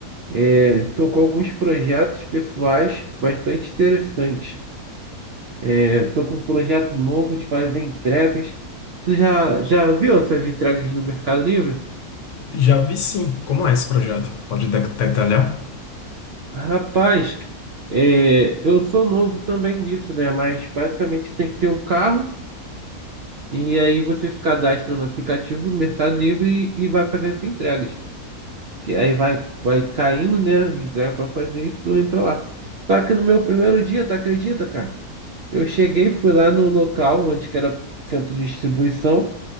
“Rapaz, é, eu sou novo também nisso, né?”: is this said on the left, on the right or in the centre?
Right